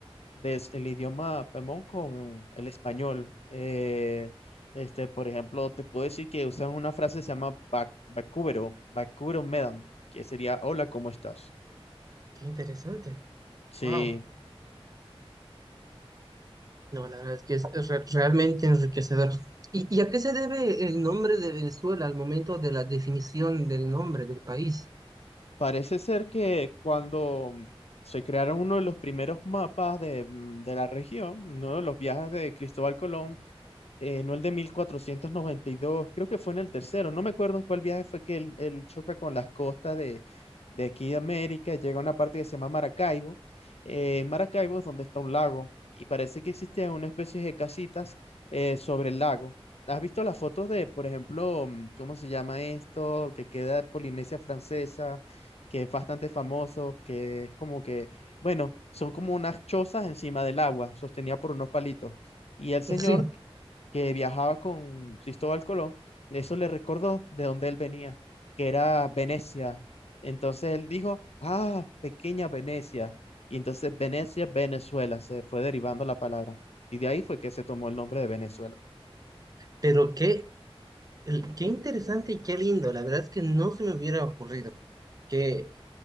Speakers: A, on the left (about 85°); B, on the right (about 35°).
A: de el idioma Pemón con el español. Eh, este, por ejemplo, te puedo decir que usan una frase que se llama bac- bacúbero, bacúbero medan, que sería hola, ¿cómo estás?
B: Qué interesante.
A: Sí.
B: Wow. No, la verdad es que es, es re- realmente enriquecedor. ¿Y, y a qué se debe el nombre de Venezuela al momento de la definición del nombre del país?
A: Parece ser que cuando mm, se crearon uno de los primeros mapas de, mm, de la región, uno de los viajes de Cristóbal Colón, eh, no el de 1492 creo que fue en el tercero, no me acuerdo en cuál viaje fue que él, él choca con las costas de, de aquí de América, llega a una parte que se llama Maracaibo, eh, en Maracaibo es donde está un lago y parece que existían una especie de casitas eh, sobre el lago. ¿Has visto las fotos de, por ejemplo, mm, cómo se llama esto, que queda en Polinesia Francesa, que es bastante famoso, que es como que, bueno, son como unas chozas encima del agua, sostenida por unos palitos. Y el señor
B: Sí.
A: que viajaba con Cristóbal Colón, eso le recordó de dónde él venía, que era Venecia. Entonces él dijo, ah, pequeña Venecia. Y entonces Venecia, Venezuela, se fue derivando la palabra. Y de ahí fue que se tomó el nombre de Venezuela.
B: Pero qué, el- qué interesante y qué lindo. La verdad es que no se me hubiera ocurrido. Qué,